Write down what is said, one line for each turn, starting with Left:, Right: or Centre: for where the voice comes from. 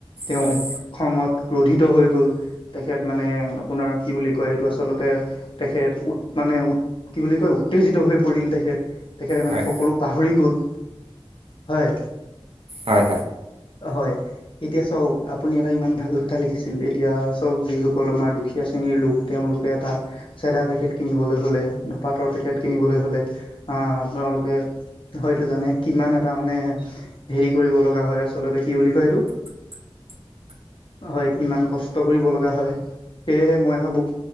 Left: তেওঁক
Right: হয়
Left: খঙত ক্ৰোধিত হৈ গ'ল। তেখেত মানে, আপোনাৰ কি বুলি কয়, এইটো আচলতে তেখেত এত উত মানে উত কি বুলি কয় উত্তেজিত হৈ পৰিল তেখেত। তেখেতে মানে
Right: হয় হয় হয়
Left: সকলো পাহৰি গ'ল। হয়,
Right: হয়
Left: হয়। এতিয়া চাওঁক আপুনি এটা ইমান ভাল কথা লিখিছিল। এতিয়া চাওঁক যিসকল আমাৰ দুখীয়া শ্ৰেণীৰ লোক, তেওঁলোক কে এটা চেধা পেকেট কিনিবলৈ হ'লে, ধপাতৰ পেকেট কিনিবলৈ হ'লে আ', আপোনালোকে হয়তো জানে কিমান এটা মানে হেৰি কৰিব লগা হয় আচলতে, কি বুলি কয় এইটো
Right: <inaudible>
Left: হয়। কিমান কষ্ট কৰিব লগা হয়। সেয়েহে মই ভাবোঁ,